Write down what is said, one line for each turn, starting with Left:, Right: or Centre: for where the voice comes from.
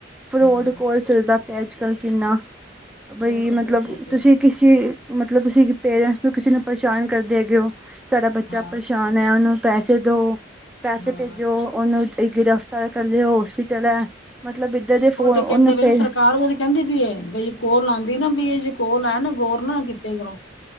Centre: ਫਰੋਡ
Left: ਹਾਂ
Centre: ਕੋਲ ਚੱਲਦਾ ਪੇਆ ਅੱਜ-ਕੱਲ ਕਿੰਨਾ ਬਈ
Left: ਰੋਡ ਤਾਂ
Centre: ਮਤਲਬ
Left: ਬਹੁਤ ਹੋ ਗਿਆ
Centre: ਤੁਸੀਂ ਕਿਸੇ ਤੁਸੀਂ ਪੇਰੈਂਟਸ ਨੂੰ ਕਿਸੇ ਨੂੰ ਪਰੇਸ਼ਾਨ ਹੈਗੇਓ, ਸਾਡਾ ਬੱਚਾ
Left: ਹਾਂ
Centre: ਪਰੇ ਪਰਸ਼ਾਨ ਐ ਓਨੂੰ ਪੈਸੇ ਦੋ, ਪੈਸੇ
Left: ਹਾਂ
Centre: ਭੇਜੋ ਓਨੂੰ ਇੱਕ ਗ੍ਰਿਫਤਾਰ ਕਰ ਦਿਓ, ਓ ਹੋਸਪਿਟਲ ਐ ਮਤਲਬ ਦੇ ਫੋਨ
Left: ਓ ਤੇ
Centre: ਉਹਨੂੰ
Left: ਕੈਂਦੇ ਨੇ
Centre: ਪੇ
Left: ਓਨੂੰ ਸਰਕਾਰ ਓਦੀ ਕੈਂਦੇ ਵੀ ਏ ਬਈ ਕੋਲ ਆਂਦੀ ਨਾ ਬਈ ਇਓ ਜੇ ਕੋਲ ਆਏ ਨਾ ਗੋਰ ਨਾਲ ਕੀਤੀ ਕਰੋ।